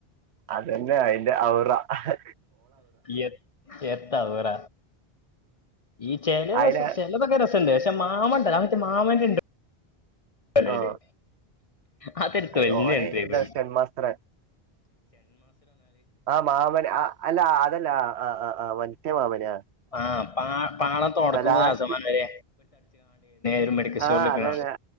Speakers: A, on the right; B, on the left.
A: അതന്നെയ അതിന്റെ ഔറ ഹേ
B: എ എന്തവറ ഈ ചെല
A: അയില
B: രസസ് ചെലതൊക്കെ രസണ്ട് ക്ഷെ മാമണ്ടല മറ്റേ മാമന്റെണ്ട് അല്ലല്ലേ
A: ആ
B: ആ <unintelligible>
A: അയ് ഓന് ഇതാ സ്റ്റൺ മാസ്റ്റർ ആ മാമൻ അ അല്ല അതല്ല ആ ആ ആ് മറ്റേ മാമന്
B: ആഹ് പാ പാളം തുടക്കുമ്പോ
A: ലാസ്റ്റ്
B: രസമായിരി ഒരു മെഡിക്കൽസ്റ്റോറില്ക്കണ
A: ആ അതന്നെ